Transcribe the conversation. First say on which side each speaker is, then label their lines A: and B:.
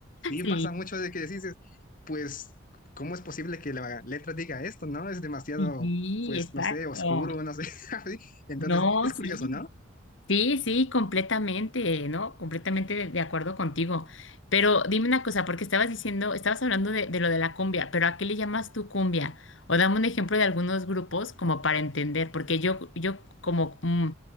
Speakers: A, on the left (about 40°); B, on the left (about 65°).
A: sí,
B: Sí,
A: pasa mucho de que dices, pues, ¿cómo es posible que la letra diga esto, ¿no? Es demasiado,
B: sí,
A: pues,
B: exacto.
A: no sé, oscuro, no sé. <laughs> así. Entonces,
B: No,
A: es
B: sí.
A: curioso, ¿no?
B: Sí, sí, completamente, ¿no? Completamente de, de acuerdo contigo. Pero dime una cosa, porque estabas diciendo, estabas hablando de, de lo de la cumbia, pero ¿a qué le llamas tú cumbia? O dame un ejemplo de algunos grupos como para entender, porque yo, yo como mm,